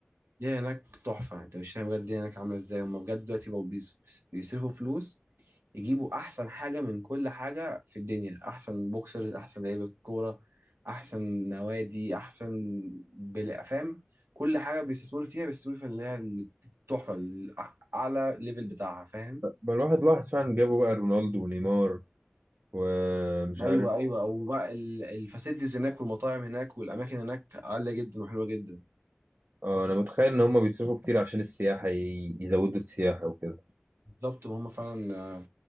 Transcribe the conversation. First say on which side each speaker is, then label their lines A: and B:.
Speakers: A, on the right; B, on the right.
A: الدنيا هناك تحفه انت مش فاهم بجد الدنيا هناك عامله ازاي هم بجد دلوقتي بقوا بيص- بيصرفوا فلوس يجيبوا احسن حاجه من كل حاجه في الدنيا احسن بوكسرز احسن لعيبه كوره احسن نوادي احسن بلا- فاهم كل حاجه بيستثمروا فيها بيستثمروا في اللي هي التحفه الأح- اعلى ليفل بتاعها فاهم
B: بقى الواحد لاحظ فعلا جابوا بقى رونالدو ونيمار ومش
A: ايوه
B: عارف
A: ايوه وبقى الفاسيلتيز هناك والمطاعم هناك والاماكن هناك عاليه جدا وحلوه جدا
B: اه انا متخيل ان هم بيصرفوا كتير عشان السياحة ي- يزودوا السياحة وكده
A: بالظبط وهم فعلا